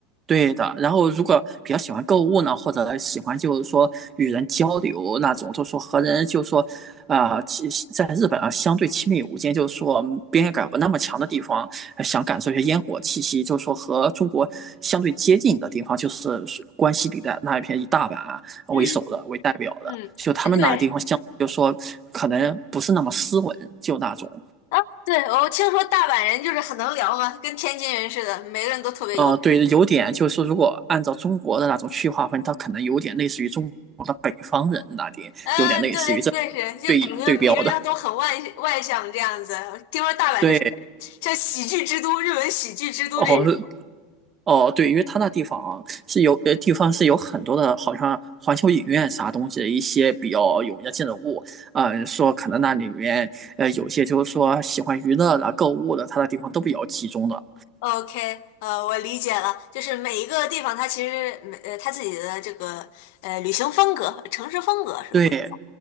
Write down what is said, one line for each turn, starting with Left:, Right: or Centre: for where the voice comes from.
Right: 对的，然后如果比较喜欢购物呢，或者喜欢就是说与人交流那种，就说和人就说，啊、其在日本啊相对亲密无间，就是说边界感不那么强的地方，呃想感受一下烟火气息，就是说和中国相对接近的地方，就是关西地带那一片以大阪啊为首的为代表的，
Left: 嗯嗯，
Right: 就他们那个地方相，
Left: 对，
Right: 就说可能不是那么斯文，就那种，
Left: 啊，对，我听说大阪人就是很能聊嘛，跟天津人似的，每个人都特别有梗。
Right: 呃，对，有点就是如果按照中国的那种区划分，它可能有点类似于中国的北方人那里，
Left: 嗯，
Right: 有点类似于这
Left: 对，对是，就感觉每个人都很外外向这样子。
Right: 对对标的。
Left: 听说大阪就是
Right: 对，
Left: 像喜剧之都，日本喜剧之都这种。
Right: 哦哦，对，因为它那地方是有呃地方是有很多的，好像环球影院啥东西的一些比较有名的建筑物，啊，说可能那里面呃有些就是说喜欢娱乐的、购物的，它那地方都比较集中的。
Left: OK，呃，我理解了，就是每一个地方它其实每呃它自己的这个呃旅行风格、城市风格是不一样
Right: 对